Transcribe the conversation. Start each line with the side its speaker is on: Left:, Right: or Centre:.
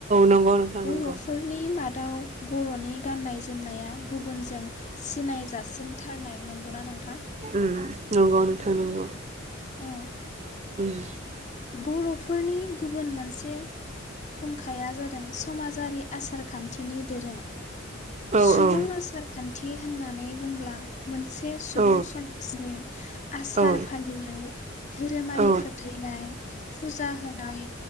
Right: नंगौ नोंथां
Left: बर'फोरनि
Right: नंगौ
Left: मादाव बर'नि गाननाय-जोमनाया गुबुनजों सिनाय जाासिनथारनाय नंगौना नों
Right: उम नंगौ नो थां नंगौ
Left: औ
Right: उम
Left: बर'फोरनि गुबुन मोनसे फुंखाया जादों समाजारि आसारखान्थिनि दोरों
Right: औ
Left: सुबुं
Right: औ
Left: आसारखान्थि होननानै बुंब्ला मोनसे सुबुं
Right: औ
Left: समाजनि आसार
Right: औ
Left: फालिनाय धोरोमारि
Right: औ
Left: फोथैनाय फुजा होनाय